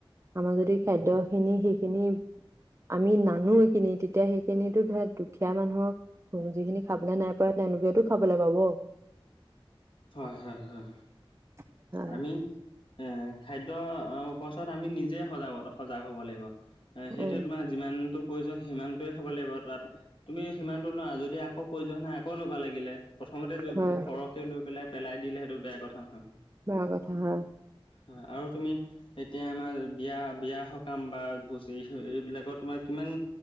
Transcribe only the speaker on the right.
আমাৰ যদি, খাদ্য খিনি সেইখিনি আমি নানো এইখিনি তেতিয়া সেইখিনিতো ধৰা দুখীয়া মানুহক খুম যিখিনি খাবলৈ নাই পায় তেওঁলোকেতটো খাবলৈ পাব।
হয়
উম
হয়
বেয়া কথা হয়।